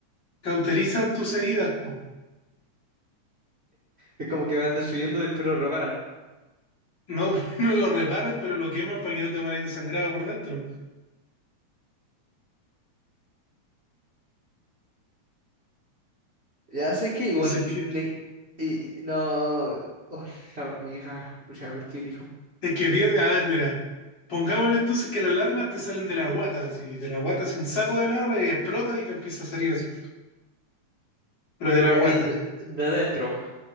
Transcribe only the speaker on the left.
Cauterizan tus heridas, po.
No, <laughs> no lo reparan, pero lo queman para que no te mueras desangrado por dentro.
Entonces, ¿qué?
Es que pierde. A ver, mira. Pongámosle entonces que las larvas te salen de la guata, así. De la guata, así un saco de larvas y explota y te empieza a salir así. Pero
de la
guata,